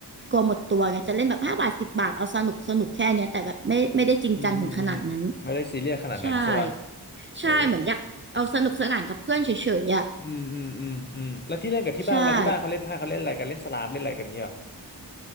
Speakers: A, on the right; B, on the left.
A: กลัวหมดตัวไงจะเล่นแบบห้าบาทสิบบาทเอาสนุกสนุกแค่เนี้ยแต่แบบไม่ไม่ได้จริงจังถึงขนาดนั้น
B: อืมอืมอืมไม่ได้ซีเรียสขนาดนั้นใช่ป่ะ
A: ใช่ใช่เหมือนอยากเอาสนุกสนานกับเพื่อนเฉยๆอะ
B: เอออืมอืมอืมอืมแล้วที่เล่นกับที่บ้านเวลาที่บ้านเขาเล่นไพ่เขาเล่นอะไรกันเล่นสลามเล่นอะไรกันเงี้ยเหรอ
A: ใช่